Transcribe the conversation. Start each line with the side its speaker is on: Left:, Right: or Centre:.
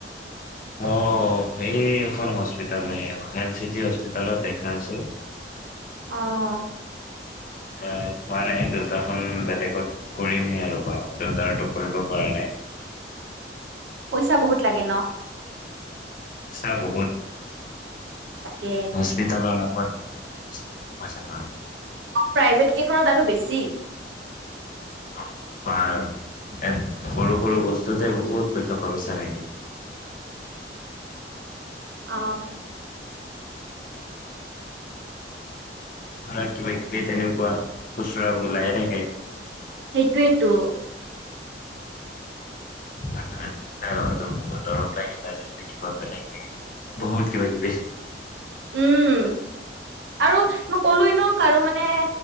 Left: অ সেই এখন হস্পিটাহে এলচিটি হস্পিটালত দেখাই আছো।
Right: আহ
Left: অ পোৱা নাই দেউতাখন বেলেগত কৰিমহে আৰু বা জতাৰতটো কৰিব পৰা নাই
Right: পইচা বহুত লাগে ন
Left: আছা বহুত
Right: তাকে
Left: হস্পিটালত পচ <unintelligible>
Right: প্ৰাইভেট কেইখনত আৰু বেছি।
Left: তাৰ পৰা আৰু এক সৰু সৰু বস্তু ততে বহু উৎপম প্ৰাৱচ নাইনে
Right: অ
Left: ধৰা কিবা কিবি তেনেকুৱা খুচুৰা ওলাই থাকে।
Right: সেইটোৱেইেতো
Left: প লাই <unintelligible> তাৰ পিছত দেখিব বেলেগ <unintelligible> বহুত কিবাগিবি
Right: উম আৰু মই ক'লোৱ নো কাৰো মানে